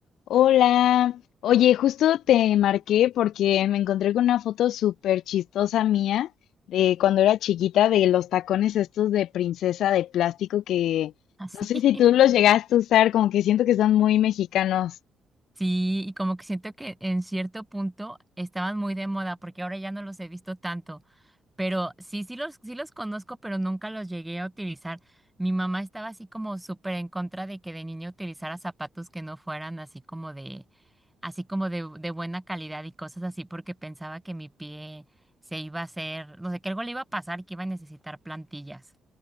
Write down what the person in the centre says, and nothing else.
Así.
<laughs>
Sí, y como que siento que en cierto punto estaban muy de moda porque ahora ya no los he visto tanto, pero sí, sí los, sí los conozco, pero nunca los llegué a utilizar. Mi mamá estaba así como súper en contra de que de niña utilizara zapatos que no fueran así como de, así como de, de buena calidad y cosas así porque pensaba que mi pie se iba a hacer, no sé, que algo le iba a pasar y que iba a necesitar plantillas.